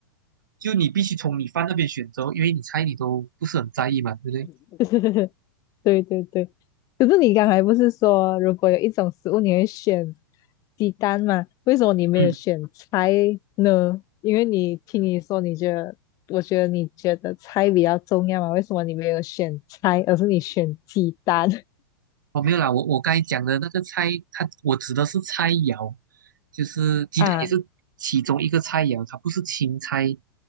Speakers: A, on the right; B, on the left.
A: 就你必须从你饭那边选择，因为你菜你都不是很在意嘛，对不对？
B: <laughs> 对对对，可是你刚才不是说如果有一种食物你会选鸡蛋嘛？为什么你没有选菜呢？
A: 嗯。
B: 因为你听你说你觉得。我觉得你觉得菜比较重要嘛？为什么你没有选菜，而是你选鸡蛋？
A: 哦，没有啦，我我刚才讲的那个菜，它我指的是菜肴，就是鸡蛋也是其中一个菜肴，
B: 啊，
A: 它不是青菜。